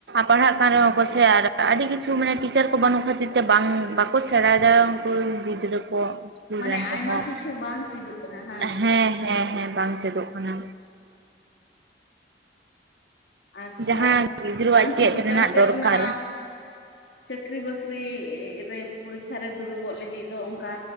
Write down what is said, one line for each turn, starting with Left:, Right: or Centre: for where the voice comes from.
Right: ᱯᱟᱲᱦᱟᱜ ᱠᱟᱱ ᱨᱮᱦᱚᱸ ᱠᱚᱥᱮ ᱟᱨ ᱟᱹᱰᱤ ᱠᱤᱪᱷᱩ ᱠᱤᱪᱷᱩ ᱢᱟᱱᱮ ᱴᱤᱪᱟᱨ ᱠᱚ ᱵᱟᱹᱱᱩᱜ ᱠᱷᱟᱹᱛᱤᱨ ᱛᱮ ᱵᱟᱝ ᱵᱟᱠᱚ ᱥᱮᱬᱟᱭᱮᱫᱟ ᱩᱱᱠᱩ ᱜᱤᱫᱽᱨᱟᱹ ᱠᱚ ᱤᱥᱠᱩᱞ
Left: ᱢᱟᱱᱮ
Right: ᱨᱮᱱ
Left: ᱟᱭᱢᱟ
Right: ᱠᱚᱦᱚᱸ
Left: ᱠᱤᱪᱷᱩ ᱵᱟᱝ ᱪᱮᱫᱚᱜ ᱠᱟᱱᱟ ᱦᱟᱝ
Right: ᱦᱮᱸ ᱦᱮᱸ ᱦᱮᱸ ᱵᱟᱝ ᱪᱮᱫᱚᱜ ᱠᱟᱱᱟ
Left: ᱟᱨ ᱛᱳᱢᱟᱨ
Right: ᱡᱟᱦᱟᱸ ᱜᱤᱫᱽᱨᱟᱹᱣᱟᱜ
Left: ᱵᱟᱝ ᱪᱮᱫᱚᱜ
Right: ᱪᱮᱫ ᱨᱮᱱᱟᱜ
Left: ᱠᱟᱱᱛᱮ
Right: ᱫᱚᱨᱠᱟᱨ
Left: ᱚᱱᱟ ᱪᱟᱹᱠᱨᱤ ᱵᱟᱹᱠᱨᱤ ᱨᱮ ᱯᱚᱨᱤᱠᱠᱷᱟ ᱨᱮ ᱫᱩᱲᱩᱵᱚᱜ ᱞᱟᱹᱜᱤᱫ ᱫᱚ ᱚᱱᱠᱟ